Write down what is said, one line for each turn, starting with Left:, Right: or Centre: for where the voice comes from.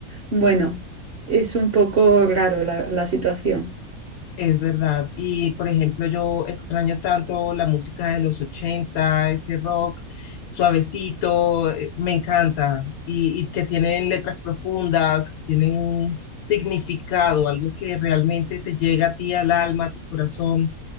Right: bueno, es un poco raro la, la situación.
Left: es verdad. Y por ejemplo, yo extraño tanto la música de los 80, ese rock suavecito, eh, me encanta. Y, y que tienen letras profundas, que tienen un significado, algo que realmente te llega a ti al alma, a tu corazón.